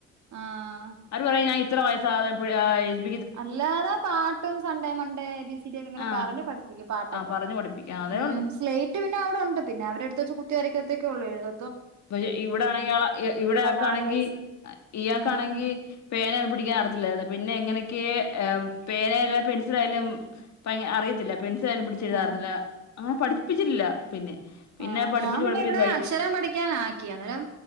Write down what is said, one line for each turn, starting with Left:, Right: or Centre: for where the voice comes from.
Right: ആഹ്
Left: അവര് പറയും ഞാൻ ഇത്ര വയസ്സാവാതെ <unintelligible>
Right: അല്ലാതെ പാട്ടും, Sunday, Monday, A, B, C, D ഒക്കെ ഇങ്ങനെ
Left: ആഹ്
Right: പറഞ്ഞ് പഠിപ്പിക്കും പാട്ടൊക്കെ
Left: ആഹ് പറഞ്ഞു പഠിപ്പിക്കാം അതേ
Right: ഉം
Left: ഉള്ളൂ
Right: സ്ലേറ്റ് പിന്നെ അവടൊണ്ട് പിന്നെ അവരെടുത്ത് വെച്ച് കുത്തിവരക്കത്തൊക്കെള്ളൂ എഴുത
Left: പക്ഷേ ഇവിടെയാണെങ്കിയാളെ ഇ ഇവിടയാക്കാണെങ്കി
Right: നാല് വയസ്സ്
Left: ഇയാൾക്കാണെങ്കി
Right: ഉം
Left: പേന പിടിക്കാനറിയത്തില്ലാര്ന്ന് പിന്നെ എങ്ങനെക്കയേ പേനായാലും പെൻസിലായാലും അറിയത്തില്ല ായാലും പിടിച്ചെഴുതാനറിയത്തില്ല
Right: ആഹ്
Left: അങ്ങനെ പഠിപ്പിച്ചിട്ടില്ല പിന്നെ പിന്നെ
Right: ആ
Left: പഠിപ്പിച്ച്
Right: ഞാൻ പിന്നെ
Left: പഠിപ്പിച്ച്
Right: ഇവിടെ
Left: ഒരു വഴി
Right: അക്ഷരം പഠിക്കാനാക്കി അന്നേരം